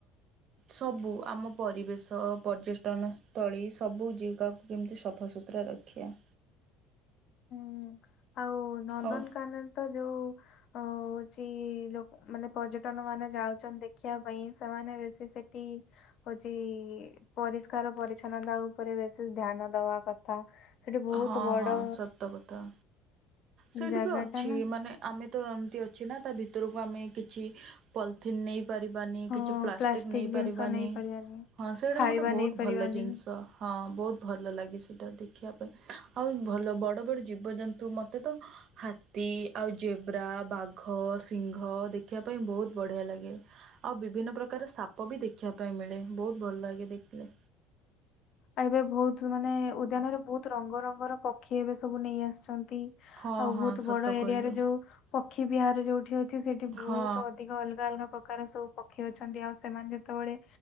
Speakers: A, on the right; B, on the left.
A: ସବୁ ଆମ ପରିବେଶ ପର୍ଯ୍ୟଟନସ୍ଥଳୀ ସବୁ ଜିଗାକୁ କେମିତି ସଫାସୁତା ସୁତୁରା ରଖିବା।
B: ହୁଁ ଆଉ ନନ୍ଦନକାନନ
A: ଓ
B: ତ ଯୋଉ ଅ ହୋଉଚି ଲୋ ମାନେ ପର୍ଯ୍ୟଟନ ମାନେ ଯାଉଛନ୍ତି ଦେଖିବା ପାଇଁ ସେମାନେ ବେଶୀ ସେଠି ହଉଛି ପରିଷ୍କାର ପରିଚ୍ଛନ୍ନତା ଉପରେ ବେଶ ଧ୍ୟାନ ଦବା କଥା। ସେଠି ବହୁତ
A: ହଁ
B: ବଡ
A: ହଁ ସତ କଥା। ସେଇଠି
B: ଜାଗା
A: ବି ଅଛି
B: ଟା ନା
A: ମାନେ ଆମେ ତ ଏମିତି ଅଛି ନା ତା ଭିତରକୁ ଆମେ କିଛି ପଲିଥିନ୍ ନେଇ ପାରିବାନି
B: ହଁ
A: କିଛି ପ୍ଲାଷ୍ଟିକ ନେଇପାରିବାନି।
B: ଜିନିଷ ନେଇପାରିବାନି।
A: ହଁ ସେଇଟା
B: ଖାଇବା
A: ଗୋଟେ ବହୁତ
B: ନେଇପାରିବାନି।
A: ଭଲ ଜିନିଷ। ହଁ ବହୁତ ଭଲ ଲାଗେ ସେଇଟା ଦେଖିବା ଆଉ ଭଲ ବଡ ବଡ ଜୀବଜନ୍ତୁ ମତେ ତ ହାତୀ ଆଉ ଜେବ୍ରା ବାଘ ସିଂହ ଦେଖିବା ପାଇଁ ବହୁତ ବଢିଆ ଲାଗେ। ଆଉ ବିଭିନ୍ନ ପ୍ରକାର ସାପ ବି ଦେଖିବା ପାଇଁ ମିଳେ ବହୁତ ଭଲ ଲାଗେ ଦେଖିଲେ।
B: ଏବେ ବହୁତ ମାନେ ଉଦ୍ୟାନରେ ବହୁତ ରଙ୍ଗରଙ୍ଗର ପକ୍ଷୀ ଏବେ ସବୁ ନେଇ ଆସିଛନ୍ତି।
A: ହଁ
B: ଆଉ
A: ହଁ
B: ବହୁତ
A: ସତ
B: ବଡ ଏରିଆରେ
A: କହିଲୁ
B: ଯୋଉ ପକ୍ଷୀ ବିହାର ଯୋଉଠି ଅଛି ସେଇଠି ବହୁତ
A: ହଁ
B: ଅଧିକ ଅଲଗା ଅଲଗା ପ୍ରକାର ସବୁ ପକ୍ଷୀ ଅଛନ୍ତି ଆଉ ସେମାନେ ଯେତେବେଳେ